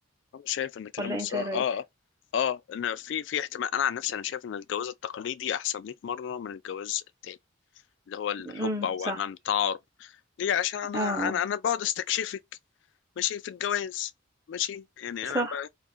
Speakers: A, on the left; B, on the right.
A: انا شايف ان كلامك
B: ولا أنت
A: صح
B: إيه
A: اه
B: رأيك؟
A: اه اه ان في في احتمال انا عن نفسي انا شايف ان الجواز التقليدي احسن 100 مره من الجواز التاني اللي هو الحب
B: امم
A: او
B: صح
A: ان أنا التعارف ليه عشان انا
B: اه آه،
A: انا انا بقعد استكشفك ماشي في الجواز ماشي يعني
B: صح
A: انا ب-